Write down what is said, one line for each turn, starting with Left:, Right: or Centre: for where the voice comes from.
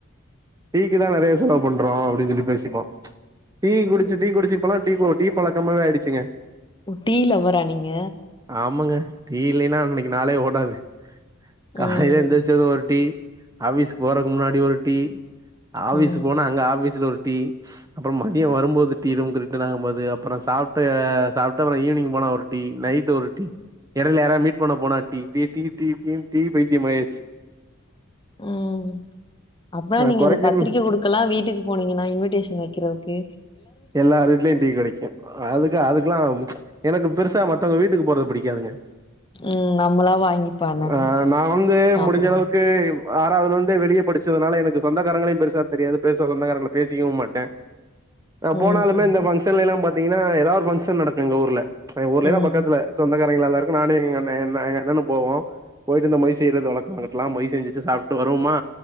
Right: டீக்கு தா நறைய செலவு பண்றோ அப்டின் சொல்லி பேசிப்போ டீ குடிச்சு டீ குடிச்சு இப்பல்லா டீ டீ பழக்கமாவே ஆயிடுச்சுங்க
Left: டீ லவ்வரா நீங்க
Right: ஆமாங்க டீ இல்லைன்னா அன்னைக்கி நாளே ஓடாது காலைல
Left: ம்
Right: எந்திரிச்சது ஒரு டீ ஆஃபீஸ்க்கு போறக்கு முன்னாடி ஒரு டீ ஆஃபிஸ்க்கு
Left: ம்
Right: போனா அங்க ஆஃபீஸ்ல ஒரு டீ அப்புறோ மதியோ வரும்போது டீ ரூம்க்கு ரிட்டர்ன் ஆகும் போது அப்புற சாப்ட்டு சாப்ட்டு அப்புற ஈவ்னிங் போனா டீ நைட் ஒரு டீ இடைல யாரா மீட் பண்ண போனா tea tea tea tea tea tea பைத்தியம் ஆய்யாச்சு
Left: ம் அப்பனா
Right: ஆ
Left: நீங்க
Right: கொறைக்கன்
Left: அத பத்திரிக்க குடுக் க்கல்லா வீட்டுக்கு போனீங்கினா இன்விடேஷன் வெக்கிறதுக்கு
Right: எல்லார் வீட்லயு டீ கெடைக்கு அதுக்கா அதுக்குலா எனக்கு பெருசா மத்தவங்க வீட்டுக்கு போறது புடிக்காதுங்க
Left: ம் நம்மளா வாங்கி பண்ணணு
Right: அ நா வந்து
Left: சாப்புடணு
Right: முடிஞ்சளவுக்கு ஆறாவதுலிந்தே வெளிய படிச்சதுனால எனக்கு சொந்தாரங்களையு பெருசா தெரியாது பெருசா சொந்தக்காரங்கள பேசிக்கவு மாட்டே
Left: ம்
Right: போனாலுமே இந்த ஃபங்கஷன்லெலா பாத்தீங்கினா எதாவ் ஒரு ஃபங்க்ஷன் நடக்கு எங்க ஊர்ல அ ஊர்லன்னா
Left: ம்
Right: பக்கத்ல சொந்தக்காரங்லாதா இருக்கு நானு எங்க அண்ணே என்ன எங்க அண்ணணு போவோ போய்ட்டு இந்த மொய் செய்யறது வழக்கம் அங்கிட்லா மொய் செஞ்சுட்டே சாப்ட்டு வருவுமா